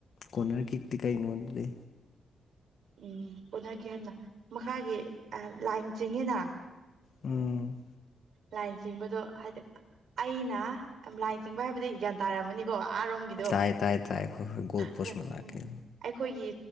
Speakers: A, on the left (about 60°); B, on the right (about 65°).
A: ꯀꯣꯟꯅꯔ ꯀꯤꯛꯇꯤ ꯀꯔꯤꯩꯅꯣ ꯑꯗꯨꯗꯤ
B: ꯎꯝ ꯄꯨꯅꯈꯤ ꯍꯥꯏꯅ ꯃꯈꯥꯒꯤ ꯂꯥꯏꯟ ꯆꯤꯡꯉꯤꯅ
A: ꯎꯝ
B: ꯂꯥꯏꯟ ꯆꯤꯡꯕꯗꯣ ꯍꯥꯏꯗꯤ ꯑꯩꯅ ꯂꯥꯏꯟ ꯆꯤꯡꯕ ꯍꯥꯏꯕꯗꯤ ꯒ꯭ꯌꯥꯟ ꯇꯥꯔꯛꯝꯃꯅꯤꯀꯣ ꯑꯔꯣꯝꯒꯤꯗꯣ
A: ꯇꯥꯏ ꯇꯥꯏ ꯇꯥꯏ ꯍꯣꯏ ꯍꯣꯏ ꯒꯣꯜ ꯄꯣꯁ
B: ꯑꯗ
A: ꯃꯅꯥꯛꯀꯤ
B: ꯎ ꯑꯩꯈꯣꯏꯒꯤ